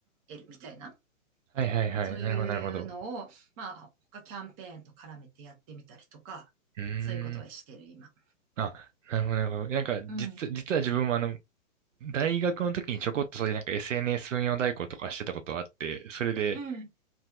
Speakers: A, on the right; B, on the right.
A: 得るみたいな、
B: はいはいはい。
A: そういうのを、
B: なるほど、なるほど。
A: まあ、他キャンペーンと絡めてやってみたりとか、
B: うーん。
A: そういうことはしてる、今。
B: あ、なるほど、なるほど。なんか、
A: うん。
B: 実、実は自分もあの、大学の時にちょこっとそういうなんか SNS 運用代行とかしてたことがあって、それで、
A: うん。